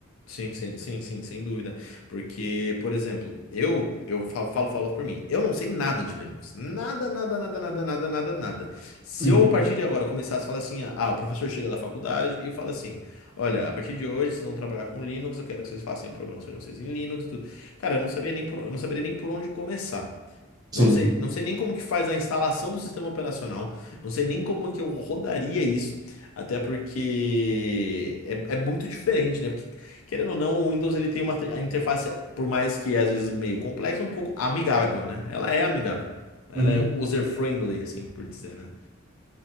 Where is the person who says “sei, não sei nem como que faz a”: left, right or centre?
Left